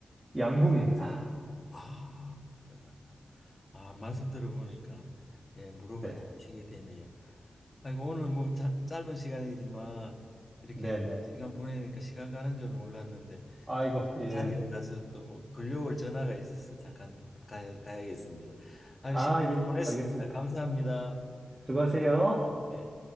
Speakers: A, on the right; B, on the left.
A: 양궁입니다.
B: 아, 맞아, 맞아. 아, 말씀 들어보니까 예, 무릎을
A: 네.
B: 다치게 되네요. 아이고 오늘 뭐 자- 짧은 시간이지만 이렇게
A: 네네.
B: 시간 보내니까 시간 가는 줄 몰랐는데
A: 아이고, 예.
B: 자리에 가서 또 뭐 걸려올 전화가 있어서 잠깐 가야, 가야겠습니다. 아유,
A: 아,
B: 시간
A: 예.
B: 보냈습니다.
A: 알겠습니다.
B: 감사합니다.
A: 수고하세요.
B: 네.